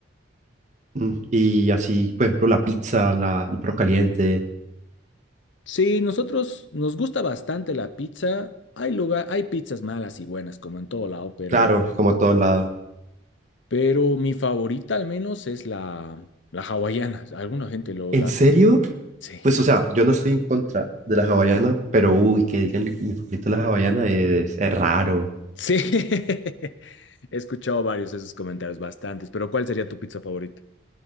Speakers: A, on the right; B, on the left.
A: Mm, Y así, por ejemplo, la pizza, la, el perro caliente,
B: Sí, nosotros nos gusta bastante la pizza. Hay lugar, hay pizzas malas y buenas, como en todo lado, pero,
A: claro, como todo lado.
B: pero mi favorita al menos es la, la hawaiana. Alguna gente lo
A: ¿En
B: la.
A: serio?
B: Sí.
A: Pues, o sea, yo no estoy en contra de la hawaiana, pero uy, que digan mi favorito de la hawaiana es, es raro.
B: Sí. <laughs> He escuchado varios de esos comentarios, bastantes. Pero ¿cuál sería tu pizza favorita?